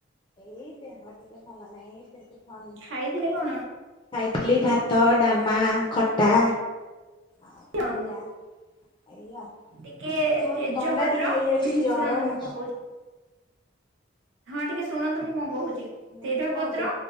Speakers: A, on the left; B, on the right.
A: ଏଇ ଦେହ ଟିକେ ଭଲ ନାହିଁ।
B: ଖାଇଥିଲେ କଣ?
A: ଖାଇଥିଲି ଭାତ ଡାଲମା ଖଟା ଆଉ
B: ଜଣଙ୍କୁ
A: ଭଜା ଏଇ ଆଉ
B: ଟିକେ
A: ହଁ
B: ତେଜପତ୍ର,
A: ଥଣ୍ଡା ଟିକେ ହେଇଯାଇଚି ଜର
B: ଶୁଣନ୍ତୁ
A: ହେ
B: ମୁଁ କଣ କହୁଛି ହଁ ଟିକେ ଶୁଣନ୍ତୁ ମୁଁ କଣ କହୁଛି?
A: ହୁଁ
B: ତେଜ
A: କୁହନ୍ତୁ
B: ପତ୍ର